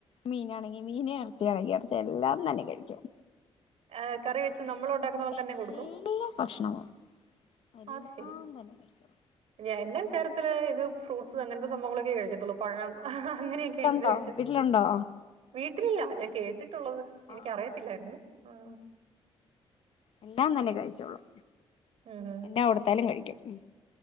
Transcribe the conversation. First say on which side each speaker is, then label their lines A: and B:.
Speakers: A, on the left; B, on the right.
A: മീനാണെങ്കി മീൻ എറച്ചിയാണെങ്കി എറച്ചി എല്ലാം തന്നെ കഴിക്കും
B: ഏ കറി വെച്ച് നമ്മൾ ഉണ്ടാക്കുന്ന പോലെ
A: എല്ലാ
B: തന്നെ കൊട്ക്കും
A: ഭക്ഷണവും എല്ലാം
B: അത് ശെരി
A: തന്നെ കഴിച്ചോളും
B: ഞാ എന്റെ വിചാരത്തില് ഇത് ഫ്രൂട്ട്സ് അങ്ങനത്തെ സംഭവങ്ങളൊക്കെ കഴിക്കത്തുള്ളൂ. പഴം അങ്ങനെയൊക്കെ
A: വീട്ടിലുണ്ടോ
B: ഇത് കഴിക്കത്തുള്ളൂ
A: വീട്ടിലുണ്ടോ
B: വീ ത്തിലില്ല ഞാൻ കേട്ടിട്ടുള്ളത്
A: ആ
B: എനിക്ക് അറിയത്തില്ലായിരുന്നു ഉം
A: എല്ലാം തന്നെ കഴിച്ചോളും
B: ഉം ഹും.
A: എന്നാ കൊട്ത്താലും കഴിക്കും